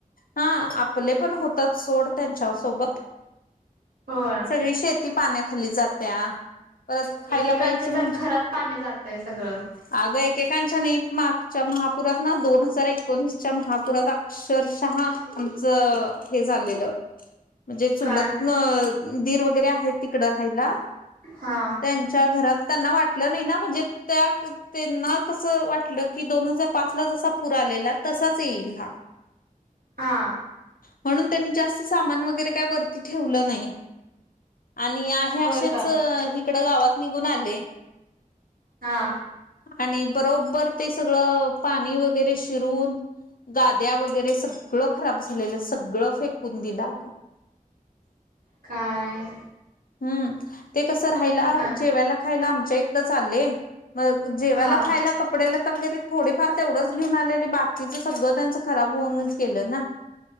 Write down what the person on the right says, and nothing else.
होय.
एकेकांचे
तर घरात पाणी जातय सगळं.
काय?
हा.
हा.
होय का?
हा,
काय?
तर काय?
हा.